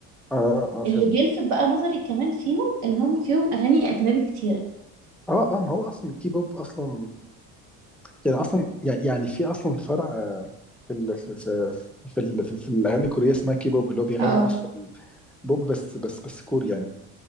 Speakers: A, in the centre; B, on the right.
A: اه اه فهمت
B: اللي بيلفت بقى نظري كمان فيهم إن هم فيهم أغاني أجنبي كتيرة
A: اه اه ما هو اصلا الكيبوب اصلا يعني اصلا يعني يعني في اصلا فرع آه، في ال... في في في, ال... في, في الاغاني الكوريه اسمها كيبوب اللي هو بيغنوا
B: اه
A: اصلا بوب بس بس بس كوري يعني